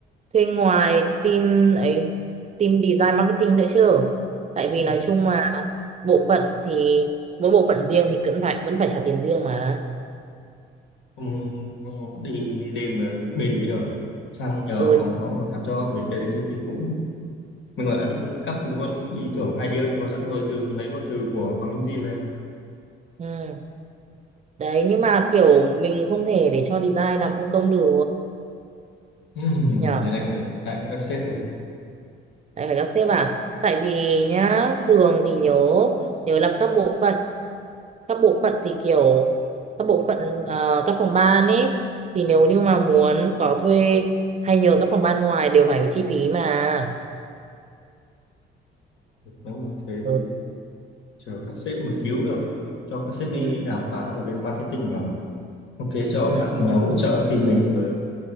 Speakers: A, on the right (about 35°); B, on the left (about 70°).
A: thuê ngoài team ấy team design marketing nữa chứ tại vì
B: ừ.
A: nói chung là bộ phận thì mỗi bộ phận riêng thì cũng phải vẫn phải trả tiền riêng mà
B: Ừ, ừ, đi đêm rồi các bên đấy rồi sang nhờ
A: ừ,
B: phòng họ làm cho vì cái đấy tôi thấy cũng mình gọi đã cắp được luôn ý tưởng idea luôn sẵn rồi từ lấy luôn từ của Hoàng Minh Di về
A: ừ. đấy nhưng mà kiểu mình không thể để cho design làm không công được
B: Ừm,
A: nhỉ
B: thế này phải lại với các sếp rồi
A: lại phải các sếp à tại vì nhá thường thì nhớ nhớ là các bộ phận các bộ phận thì kiểu các bộ phận ờ, các phòng ban ấy thì nếu như mà muốn có thuê hay nhờ các phòng ban ngoài đều phải bị chi phí mà
B: Nếu mà- thế
A: ừ,
B: thì chờ các sếp mà cứu được cho các sếp đi
A: ừ,
B: đàm phán với ở bên marketing vào ok cho
A: ừ,
B: bạn nào hỗ trợ team mình rồi